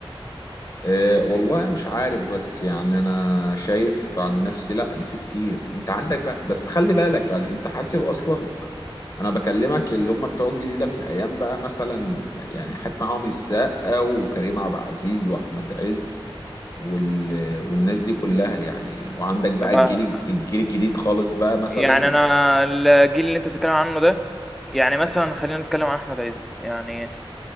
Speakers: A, on the left (about 40°); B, in the centre.
A: أه والله مش عارف بس يعني انا شايف عن نفسي لا إن في كتير انت عندك بقى بس خلي بالك يعني انت حاسب اصلا انا بكلمك اللي هم بتوع الجيل ده من ايام بقى مثلا يعني حتى معاهم السقا وكريم عبد العزيز واحمد عز وال... والناس دي كلها يعني وعندك بقى
B: طب
A: الجيل
B: آآ
A: الجيل الجديد خالص بقى مثلا
B: يعني أنا الجيل اللي أنت بتتكلم عنه ده، يعني مثلًا خلّينا نتكلم عن أحمد عز، يعني